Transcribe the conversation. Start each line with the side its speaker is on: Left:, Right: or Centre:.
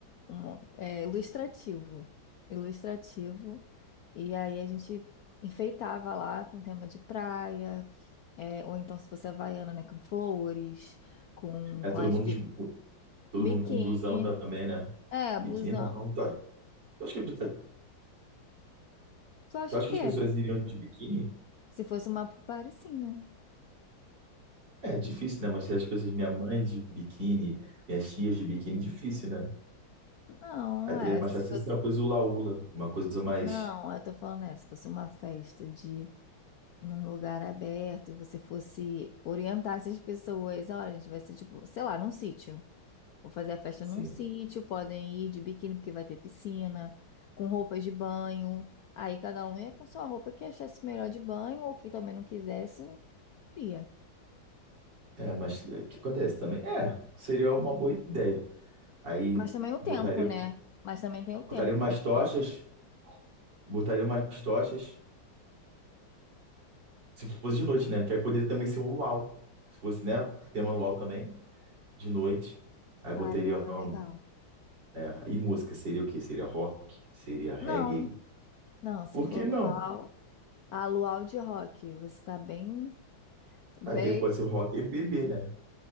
Left: uma- é, ilustrativo. Ilustrativo. E aí a gente enfeitava lá com tema de praia, é, ou então se fosse havaiana, né, com flores, com,
Right: É
Left: com
Right: todo
Left: as
Right: mundo
Left: bi-
Right: de, com- todo
Left: biquíni,
Right: mundo com blusão também, né?
Left: é,
Right: Biquíni
Left: blusão.
Right: não. Tu acha, tu acha que,
Left: Se- Tu acha
Right: tu acha
Left: o quê?
Right: que as pessoas iriam de biquíni?
Left: Se fosse uma party, sim, né?
Right: É difícil, né? Mas se as pessoas, minha mãe de biquíni, minhas tias de biquíni, difícil, né?
Left: Não,
Right: Aí teria
Left: é,
Right: mais
Left: se
Right: fácil
Left: você...
Right: ser uma coisa hula-hula, uma coisa mais,
Left: Não, eu tô falando, é, se fosse uma festa de num lugar aberto e você fosse orientar essas pessoas, olha, a gente vai ser tipo, sei lá, num sítio. Vou fazer a festa
Right: sim.
Left: num sítio, podem ir de biquíni porque vai ter piscina, com roupas de banho. Aí cada um ia com sua roupa que achasse melhor de banho ou que também não quisesse, ia.
Right: É, mas é, o que acontece também? É, seria uma boa ideia. Aí
Left: Mas também o tempo,
Right: botaria,
Left: né? Mas também tem o
Right: botaria
Left: tempo,
Right: umas
Left: porque
Right: tochas, botaria umas tochas Se fosse de noite, né? Porque aí poderia também ser um luau. Se fosse, né? Tema luau também, de noite. Aí botaria
Left: ah, luau
Right: um,
Left: é legal.
Right: é, e música, seria o quê? Seria rock? Seria reggae?
Left: Não, não, se
Right: Por
Left: for
Right: que não?
Left: luau, ah, luau de rock, você tá bem, bem
Right: Aí depois pode ser rock e MPB, né?